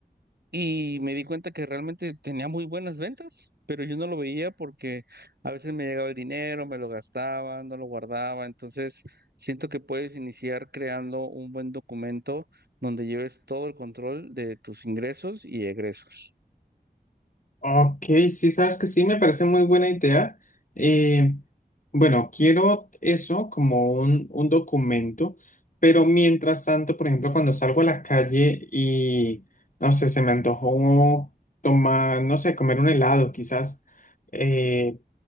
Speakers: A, on the right (about 75°); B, on the left (about 50°).
A: Y me di cuenta que realmente tenía muy buenas ventas, pero yo no lo veía porque a veces me llegaba el dinero, me lo gastaba, no lo guardaba. Entonces siento que puedes iniciar creando un buen documento donde lleves todo el control de tus ingresos y egresos.
B: Ok, sí, sabes que sí, me parece muy buena idea. Eh, bueno, quiero eso como un, un documento, pero mientras tanto, por ejemplo, cuando salgo a la calle y, no sé, se me antojó tomar, no sé, comer un helado quizás, eh,